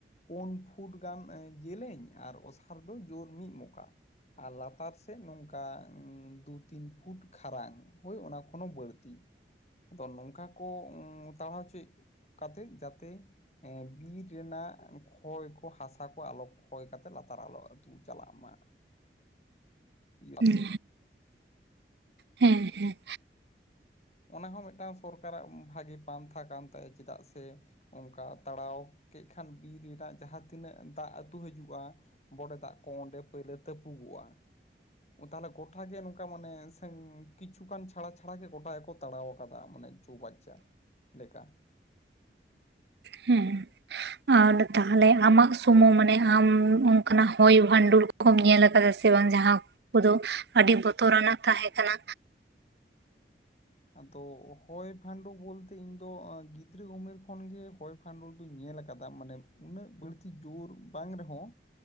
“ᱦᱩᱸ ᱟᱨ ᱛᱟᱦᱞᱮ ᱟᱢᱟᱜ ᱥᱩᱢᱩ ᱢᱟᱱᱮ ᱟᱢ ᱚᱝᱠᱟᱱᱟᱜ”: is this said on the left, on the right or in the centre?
Right